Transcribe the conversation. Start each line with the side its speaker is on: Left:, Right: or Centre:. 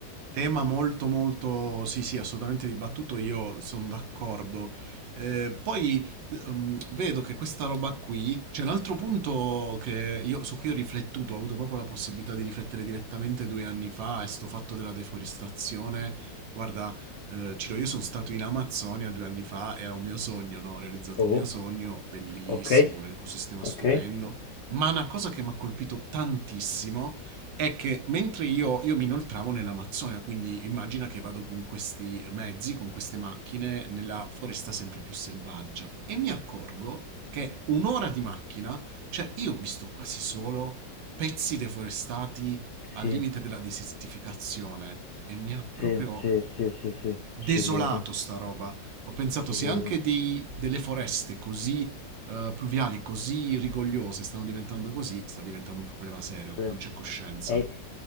Right: Tema molto molto, sì sì, assolutamente dibattuto, io sono d'accordo. Eh, poi ehm, vedo che questa roba qui, c'è un altro punto che io, su cui ho riflettuto, ho avuto proprio la possibilità di riflettere direttamente due anni fa, è sto fatto della deforestazione. Guarda, eh, Ciro, io sono stato in Amazzonia due anni fa, era un mio sogno, no? Ho realizzato
Left: Oh,
Right: un mio sogno, bellissimo,
Left: okay,
Right: un ecosistema stupendo,
Left: okay,
Right: ma una cosa che mi ha colpito tantissimo è che mentre io, io mi inoltravo nell'Amazzonia, quindi immagina che vado con questi mezzi, con queste macchine, nella foresta sempre più selvaggia e mi accorgo che un'ora di macchina, cioè io ho visto quasi solo pezzi deforestati al
Left: sì.
Right: limite della desertificazione e mi ha proprio
Left: Sì, sì, sì, sì, sì,
Right: desolato
Left: ci credo,
Right: sta roba. Ho pensato
Left: ci
Right: se
Left: credo.
Right: anche dei- delle foreste così eh, pluviali, così rigogliose stanno diventando così, sta diventando un problema serio,
Left: Sì.
Right: non c'è coscienza.
Left: E